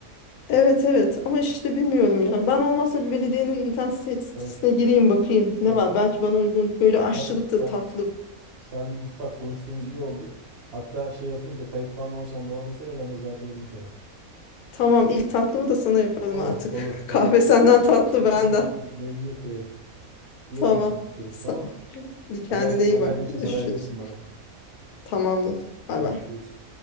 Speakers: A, on the left; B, on the right.
A: Evet evet ama işte bilmiyorum ya. Ben olmazsa bir belediyenin internet sitesine
B: Evet,
A: gireyim bakayım ne
B: evet.
A: var. Belki bana uygun böyle aşçılık
B: Sen,
A: da
B: sen,
A: tatlı.
B: sen bir git bak konuştuğumuz iyi oldu. Hatta şey yapınca kayıt falan olursan bana da söyle ben de ziyarete geleyim seni.
A: Tamam ilk tatlımı da sana yaparım
B: Olur,
A: artık.
B: olur,
A: <laughs> Kahve
B: olur. Olur.
A: senden tatlı
B: Olur.
A: benden.
B: Memnuniyetle yerim. İyi
A: Tamam.
B: oldu konuştuğumuz
A: Sağ
B: tamam.
A: ol. Hadi kendine
B: Haber,
A: iyi
B: haberleşiriz,
A: bak. Görüşürüz.
B: haber verirsin bana.
A: Tamamdır. Bay
B: Görüşürüz.
A: bay.